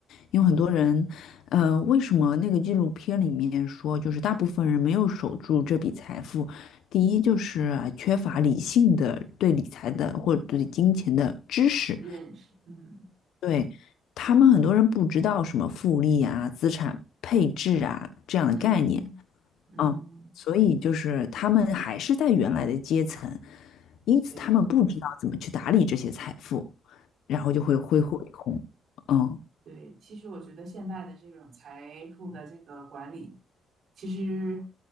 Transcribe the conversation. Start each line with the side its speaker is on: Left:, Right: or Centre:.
Left: 因为很多人，呃，为什么那个纪录片里面说，就是大部分人没有守住这笔财富？第一就是啊缺乏理性的对理财的或者对金钱的知识，
Right: 认识，嗯
Left: 对，他们很多人不知道什么复利啊、资产配置啊这样的概念
Right: 嗯嗯，
Left: 啊，所以就是他们还是在原来的阶层，因此他们不知道怎么去打理这些财富，
Right: 对。
Left: 然后就会挥霍一空，
Right: 对。
Left: 嗯。
Right: 对，其实我觉得现在的这种财富的这个管理，其实